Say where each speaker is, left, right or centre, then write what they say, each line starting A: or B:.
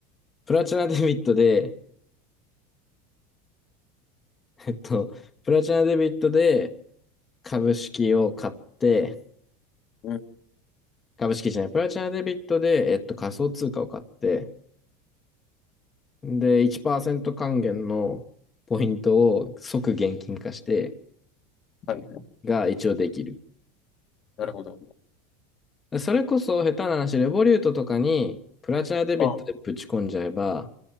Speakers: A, on the left; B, on the left.
A: プラチナデビットで、えっと、プラチナデビットで、株式を買って、
B: うん。
A: 株式じゃない、プラチナデビットで、えっと、仮想通貨を買って、で、1%還元のポイントを即現金化して
B: はい。
A: が一応できる。
B: なるほど。
A: それこそ下手な話、レボリュートとかにプラチナデビットでぶち込んじゃえば、
B: あ、